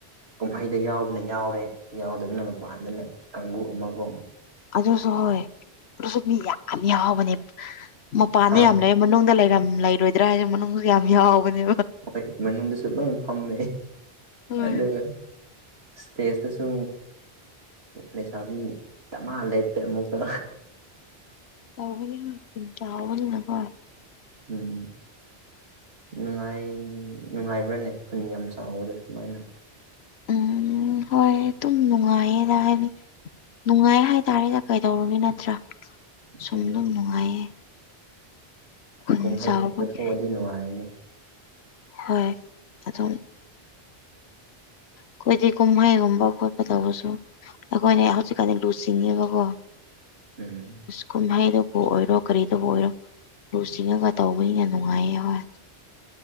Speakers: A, on the right; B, on the left.
A: ꯀꯨꯝꯍꯩꯗ ꯌꯥꯎꯕꯅ ꯌꯥꯎꯔꯦ ꯌꯥꯎꯗꯕꯅ ꯃꯄꯥꯟꯗꯅ ꯀꯥꯡꯕꯨ ꯑꯃꯒ
B: ꯑꯗꯨꯁꯨ ꯍꯣꯏ ꯑꯗꯨꯁꯨ ꯃꯤ ꯌꯥꯝ ꯌꯥꯎꯕꯅꯦ ꯃꯄꯥꯟꯗ
A: ꯍꯥ
B: ꯌꯥꯝ ꯂꯩ ꯃꯅꯨꯡꯗ ꯂꯩꯔꯝ ꯂꯩꯔꯣꯏꯗ꯭ꯔꯥ ꯍꯥꯏꯁꯦ ꯃꯅꯨꯡꯗ ꯌꯥꯝ ꯌꯥꯎꯕꯅꯦꯕ
A: ꯍꯣꯏ ꯃꯅꯨꯡꯗꯁꯨ ꯂꯣꯏ ꯐꯝꯃꯦ
B: ꯍꯣꯏ
A: ꯑꯗꯨꯒ ꯏꯁꯇꯦꯖꯇꯁꯨ ꯂꯩꯁꯥꯕꯤ ꯇꯅ ꯂꯩꯞꯄꯦ ꯑꯃꯨꯛꯀ
B: ꯇꯧꯕꯅꯤ ꯍꯣꯏ ꯀꯟ ꯇꯕꯅꯤꯅ ꯍꯣꯏ
A: ꯎꯟ ꯅꯨꯡꯉꯥꯏ ꯅꯨꯡꯉꯥꯏꯕ꯭ꯔꯥꯅꯦ ꯈꯨꯟ ꯌꯥꯝ ꯆꯥꯎꯕꯗ ꯁꯨꯃꯥꯏꯅ
B: ꯎꯝ ꯍꯣꯏ ꯑꯗꯨꯝ ꯅꯨꯡꯉꯥꯏꯌꯦꯗ ꯍꯥꯏꯅꯤ ꯅꯨꯡꯉꯥꯏ ꯍꯥꯏꯇꯥꯔꯦ ꯀꯩꯗꯧꯔꯨꯅꯤ ꯅꯠꯇ꯭ꯔꯥ ꯁꯨꯝ
A: ꯑꯗꯨꯅꯤ
B: ꯑꯗꯨꯝ ꯅꯨꯡꯉꯥꯏꯌꯦ ꯈꯨꯟ
A: ꯀꯨꯝꯍꯩꯊꯑꯗꯤ
B: ꯆꯥꯎꯕꯒꯤ
A: ꯅꯨꯡꯉꯥꯏꯔꯅꯤ
B: ꯍꯣꯏ ꯑꯗꯨꯝ ꯑꯩꯈꯣꯏꯗꯤ ꯀꯨꯝꯍꯩꯒꯨꯝꯕ ꯈꯣꯠꯄ ꯇꯧꯕꯁꯨ ꯑꯩꯈꯣꯏꯅꯦ ꯍꯧꯖꯤꯛꯀꯥꯟꯗꯤ ꯂꯨ ꯉꯦꯕꯀꯣ
A: ꯎꯝ
B: ꯀꯨꯝꯍꯩꯗꯨꯕꯨ ꯑꯣꯏꯔꯣ ꯀꯔꯤꯗꯕꯨ ꯑꯣꯏꯔꯣ ꯂꯨ ꯆꯤꯡꯉꯒ ꯇꯧꯕꯅꯤꯅ ꯅꯨꯡꯉꯥꯏꯌꯦ ꯍꯣꯏ